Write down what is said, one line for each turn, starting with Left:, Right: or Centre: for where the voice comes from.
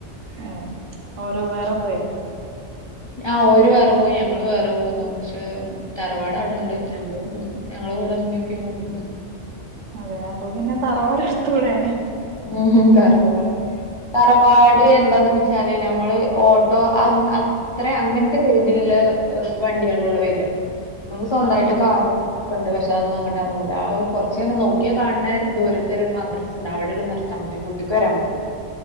Right: ഏ ഓരോ വേറെ പോയാ?
Left: ആഹ് ഓര് വേറെ പോയി ഞങ്ങള് വേറെ പോന്നു പഷേ തറവാട് അവടെണ്ട് ഞങ്ങളും പൊന്നു. ഞങ്ങളെ ക്കുടെ മ്മേം പ്പിം വന്ന്ക്കുണു.
Right: അതെ അപ്പൊ പിന്നെ തറവാട് എടു തൂടെ.
Left: ഉം തറവാട് തറവാ വാട് എന്താന്ന് വെച്ചാല് നമ്മള് ഓട്ടോ ആം അ അത്ര അങ്ങൻത്തെ ഇതില്ല ഒരു വണ്ടിയാളോള്ളൂ വരാ നമുക്ക് സ്വന്തമായിട്ട്
Right: ആഹ് ആഹ്
Left: കാറും ക്കണ്ട് പക്ഷെ അതൊന്നും അങ്ങട്ട് അറങ്ങൂല്ല അയ് കൊറച്ചങ്ങനെ നോക്കിയാ കാൻണേ ദൂരത്തരു മദ്രസ്ണ്ട് അവടെ ഒള്ളൂ നി ർത്താ മതി വ്ട്ട്ക്ക് വരാൻ പറ്റില്ല.